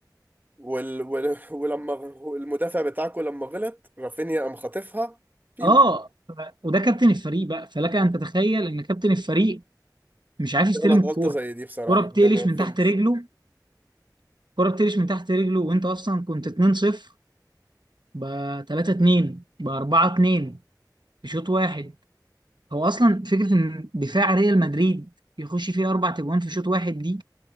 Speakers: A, on the right (about 25°); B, on the right (about 80°).
A: وال... وال... ولما غ- المدافع بتاعكو لما غلط رافينيا قام خاطفها فيو
B: اه ف- وده كابتن الفريق بقى فلك ان تتخيل ان كابتن الفريق مش عارف يستلم
A: غلط
B: الكوره
A: غلطة زي دي بصراحة
B: الكوره بتقلش
A: يعني ما
B: من
A: فهمتش
B: تحت رجله الكوره بتقلش من تحت رجله وانت اصلا كنت 2-0 ب 3-2 ب 4-2 بشوط واحد هو اصلا فكره ان دفاع ريال مدريد يخش فيه اربع تجوان في شوط واحد دي